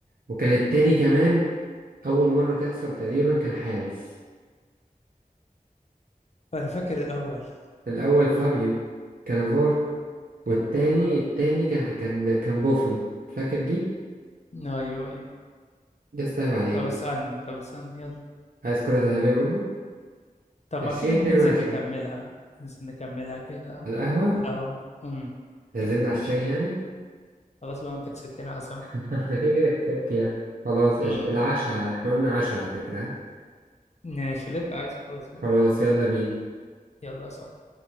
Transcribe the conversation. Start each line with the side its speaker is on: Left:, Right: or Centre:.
Right: وكان التاني كمان أول مرة تحصل تقريبا كان حارس
Left: انا فاكر الاول
Right: الأول فابيو كانافارو
Left: كان
Right: والتاني
Left: كان عبارة
Right: التاني كان كان كان بوفون فاكر دي؟
Left: ايوه ايوه
Right: يا اسطى عيب عليك
Left: طب اسألني طب اسألني يلا
Right: عايز كرة ذهبية برضه؟
Left: طب
Right: عشرين
Left: ما تيجي
Right: اتنين
Left: ننزل
Right: وعشرين.
Left: نكملها ننزل نكملها كده
Right: على القهوة
Left: على القهوة امم
Right: نزلنا على الشاي يعني
Left: خلاص بقى انت كسبتني عزم
Right: <laughs> أنا كده كده كسبت يعني خلاص قشطة
Left: امم
Right: العشاء احنا قلنا عشاء على فكرة ها؟
Left: ماشي اللي انت عايزه خلاص
Right: خلاص
Left: بقى
Right: يلا بينا
Left: يلا يا صاحبي